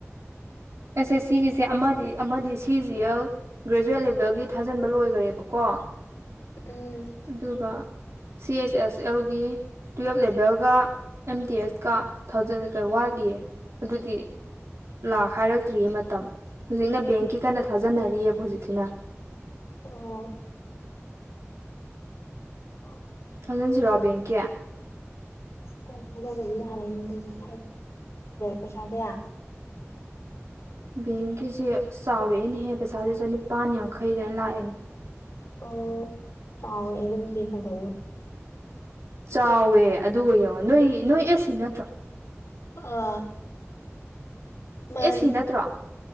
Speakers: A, on the right; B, on the left.
A: ꯑꯦꯁ ꯑꯦꯁ ꯁꯤꯒꯤꯁꯦ ꯑꯃꯗꯤ ꯑꯃꯗꯤ ꯁꯤꯖꯤ ꯑꯦꯜ ꯒ꯭ꯔꯦꯖꯨꯋꯦꯠ ꯂꯦꯕꯦꯜꯒꯤ ꯊꯥꯖꯟꯕ ꯂꯣꯏꯒ꯭ꯔꯦꯕꯀꯣ
B: ꯎꯝ
A: ꯑꯗꯨꯒ ꯁꯤ ꯑꯦꯁ ꯑꯦꯁ ꯑꯦꯜꯒꯤ ꯇꯨꯌꯦꯜꯞ ꯂꯦꯚꯦꯜꯒ ꯑꯦꯝ ꯇꯤ ꯑꯦꯐꯀ ꯊꯥꯖꯟ ꯋꯥꯠꯂꯤꯌꯦ ꯑꯗꯨꯗꯤ ꯂꯥꯛ ꯍꯥꯏꯔꯛꯇ꯭ꯔꯤꯌꯦ ꯃꯇꯝ ꯍꯧꯖꯤꯛꯅ ꯕꯦꯡꯀꯤ ꯀꯟꯅ ꯊꯥꯖꯟꯅꯔꯤꯕ ꯍꯧꯖꯤꯛꯁꯤꯅ
B: ꯑꯣ <unintelligible>
A: ꯊꯥꯖꯟꯁꯤꯔꯣ ꯕꯦꯡꯀꯤ
B: ꯑꯣ <unintelligible> ꯊꯥꯖꯟꯖꯦ ꯄꯩꯁꯥ ꯀꯌꯥ
A: ꯕꯦꯡꯀꯤꯖꯦ ꯆꯥꯎꯔꯛꯑꯦꯅꯦꯍꯦ ꯄꯩꯁꯥꯖꯦ ꯆꯅꯤꯄꯥꯟ ꯌꯥꯡꯈꯩ ꯑꯗꯥꯏ ꯂꯥꯛꯑꯦ
B: ꯑꯣ ꯆꯥꯎꯋꯦ ꯑꯗꯨꯗꯤ ꯐꯖꯅ
A: ꯆꯥꯎꯋꯦ ꯑꯗꯨꯒ ꯌꯦꯡꯉꯣ ꯅꯣꯏ ꯅꯣꯏ ꯑꯦꯁ ꯁꯤ ꯅꯠꯇ꯭ꯔꯣ
B: ꯑꯥ ꯃꯥꯅꯦ
A: ꯑꯦꯁ ꯁꯤ ꯅꯠꯇ꯭ꯔꯣ